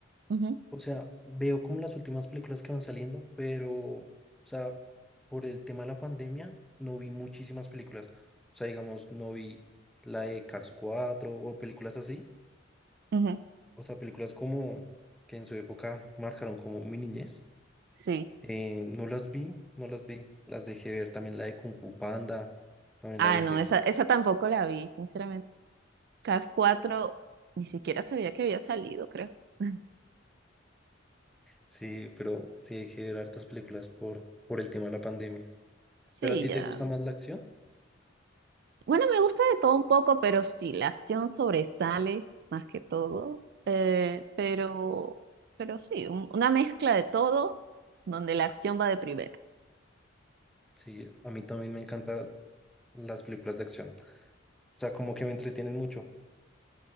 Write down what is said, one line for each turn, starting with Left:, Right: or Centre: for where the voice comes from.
Right: Ujú,
Centre: O sea, veo como las últimas películas que van saliendo, pero, o sea, por el tema de la pandemia, no vi muchísimas películas. O sea, digamos, no vi la de Cars 4 o películas así.
Right: ujú,
Centre: O sea, películas como que en su época marcaron como mi niñez.
Right: sí.
Centre: Eh, no las vi, no las vi. Las dejé ver también la de Kung Fu Panda, también
Right: Ah,
Centre: la dejé
Right: no, esa, esa tampoco la vi, sinceramente. Cars 4 ni siquiera sabía que había salido, creo. <laughs>
Centre: Sí, pero sí hay que ver hartas películas por, por el tema de la pandemia.
Right: Sí,
Centre: ¿Pero a ti
Right: ya.
Centre: te gusta más la acción?
Right: Bueno, me gusta de todo un poco, pero sí, la acción sobresale más que todo. Eh, pero, pero sí, un- una mezcla de todo donde la acción va de primera.
Centre: Sí, a mí también me encantan las películas de acción. O sea, como que me entretienen mucho.